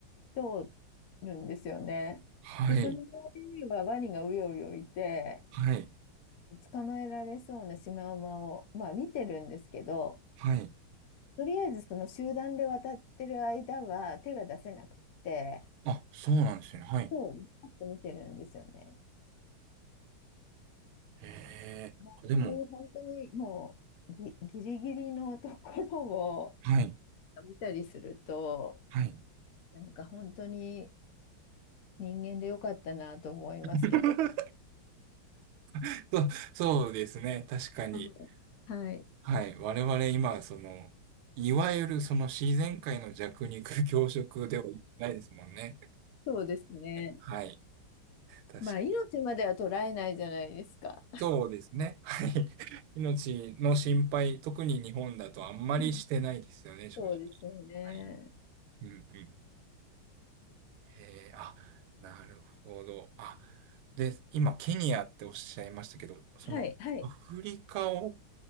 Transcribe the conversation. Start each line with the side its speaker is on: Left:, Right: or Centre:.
Left: 通るんですよね。
Right: はい。
Left: で、その通りにはワニがうようよいて、
Right: はい。
Left: 捕まえられそうなシマウマを、まあ、見てるんですけど、
Right: はい。
Left: とりあえずその集団で渡ってる間は手が出せなくて、
Right: あ、そうなんですよね。はい。
Left: そう、パッと見てるんですよね。
Right: へえ。
Left: まあ、
Right: あでも、
Left: そういう本当にもうギ、ギリギリのところを
Right: はい。
Left: 見たりすると、
Right: はい。
Left: なんか本当に人間でよかったなと思いますけど。
Right: <laughs> <laughs> そ、そうですね。確かに。
Left: うんはい。
Right: はい。我々今、その、いわゆるその自然界の弱肉強食ではないですもんね。
Left: そうですね。
Right: はい。確かに。
Left: まあ、命までは捉えないじゃないですか。
Right: そうですね。はい。命の心配、特に日本だとあんまりしてないですよね、
Left: うん
Right: 正直。
Left: そうですよね。
Right: はい。うんうん。へえ、あ、なるほど。あ、で、今、ケニアっておっしゃいましたけど、その、
Left: はい、はい。
Right: アフリカを